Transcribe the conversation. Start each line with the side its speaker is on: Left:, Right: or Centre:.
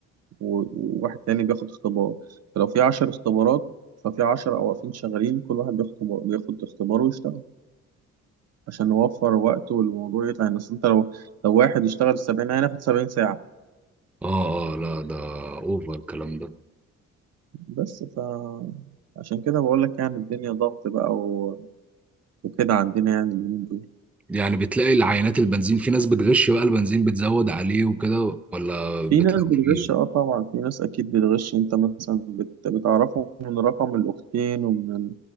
Right: و- وواحد تاني بياخد اختبار فلو في عشر اختبارات ففي عشرة واقفين شغالين كل واحد بياخد اختبار- بياخد اختبار ويشتغل عشان نوفر وقت والموضوع يطلع يعني اصل انت لو لو واحد يشتغل السبعين عينة ياخد سبعين ساعة
Centre: اه اه لا ده اوفر الكلام ده
Right: بس ف عشان كده بقول لك يعني الدنيا ضغط بقى و... وكده عندنا يعني اليومين دول
Centre: يعني بتلاقي العينات البنزين في ناس بتغش بقى البنزين بتزود عليه وكده ولا بتلاقي
Right: في ناس بتغش
Centre: فيه
Right: اه طبعا في ناس اكيد بتغش انت مثلا بت... بتعرفه من رقم الاوكتين ومن